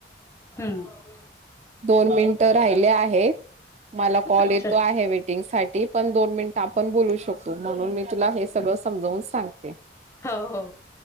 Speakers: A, on the left; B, on the right.
A: हम्म
B: दोन मिनिट राहिले आहेत मला कॉल
A: अच्छा
B: येतो आहे वेटिंग साठी पण दोन मिनिट आपण बोलू शकतो म्हणून मी तुला हे सगळं समजवून सांगते
A: हो हो